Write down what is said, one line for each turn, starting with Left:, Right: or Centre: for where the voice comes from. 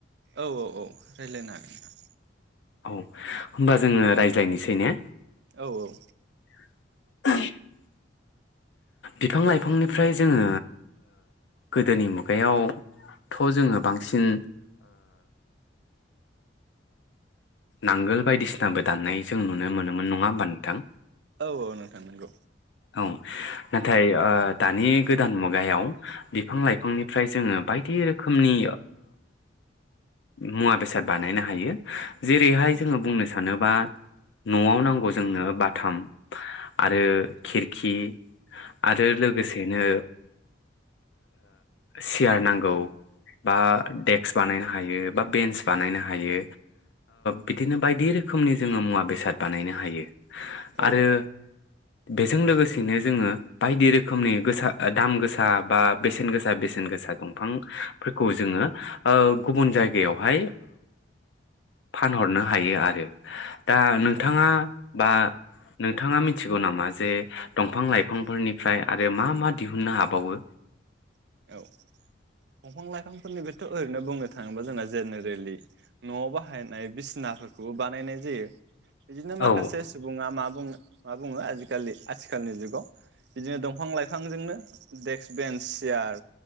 Right: औ औ औ रायज्लायनो हागोन नोंथां
Left: औ होमबा जोङो रायज्लायनोसै ने
Right: औ औ
Left: <inaudible> बिफां लाइफांनिफ्राय जोङो गोदोनि मुगायावथ' जोङो बांसिन नांगोल बायदिसिनाबो दान्नाय जों नुनो मोनोमोन नङा होमबा नोंथां
Right: औ औ नोंथां नंगौ
Left: औ नाथाय दानि गोदान मुगायाव बिफां लाइफांनिफ्राय जोङो बायदि रोखोमनि मुवा बेसाद बानायनो हायो जेरैहाय
Right: ओं
Left: जोङो बुंनो सानोबा न'आव नांगौ जोंनो बाथाम आरो खिरखि आरो लोगोसेनो सियार नांगौ बा देक्स बानायनो हायो बा बेन्स बानायनो हायो बिदिनो बायदि रोखोमनि जोङो मुवा बेसाद बानायनो हायो
Right: ओं
Left: आरो बेजों लोगोसेनो जोङो बायदि रोखोमनि गोसा दाम गोसा बा बेसेन गोसा बेसेन गोसा दंफांफोरखौ जोङो गुबुन जायगायावहाय फानहरनो हायो आरो दा नोंथाङा
Right: औ
Left: बा नोंथाङा मिथिगौ नामा ज दंफां लाइफांफोरनिफ्राय आरो मा मा दिहुननो हाबावो
Right: औ औ दंफां लाइफांफोरनिफायथ' ओरैनो बुंनो थाङोबा जोंना जेनेरेलि न'आव बाहायनाय बिसिनाफोरखौबो बानायनाय जायो बिदिनो माखासे
Left: औ
Right: सुबुङा मा बुङो मा बुङो आजिखालि आथिखालनि जुगाव बिदिनो दंफां लाइफांजोंनो देक्स बेन्स सियार